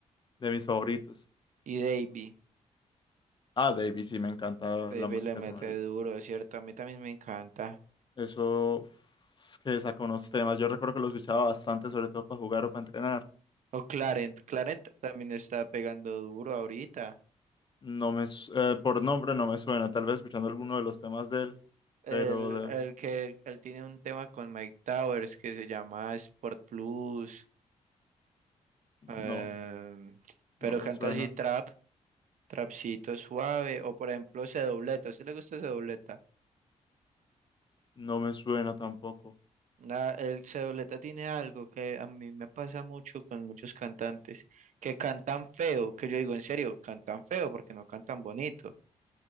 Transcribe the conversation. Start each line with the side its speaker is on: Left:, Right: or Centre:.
Left: de mis favoritos.
Right: Y Davey.
Left: Ah, Davey, sí, me encanta
Right: Davey
Left: la música
Right: le mete
Left: de ese marica.
Right: duro, ¿cierto? A mí también me encanta.
Left: Eso, uf, es que saca unos temas. Yo recuerdo que lo escuchaba bastante, sobre todo para jugar o para entrenar.
Right: O Clarent. Clarent también está pegando duro ahorita.
Left: No me, su- eh, por nombre no me suena, tal vez escuchando alguno de los temas de él,
Right: El,
Left: pero de-
Right: el que él tiene un tema con Mike Towers que se llama Sport Plus.
Left: no,
Right: em,
Left: no
Right: pero
Left: me
Right: canta
Left: suena.
Right: así trap, trapcito suave. O por ejemplo, C dobleta. ¿A usted le gusta C dobleta?
Left: No me suena tampoco.
Right: La, el Cedoleta tiene algo que a mí me pasa mucho con muchos cantantes, que cantan feo, que yo digo en serio, cantan feo porque no cantan bonito,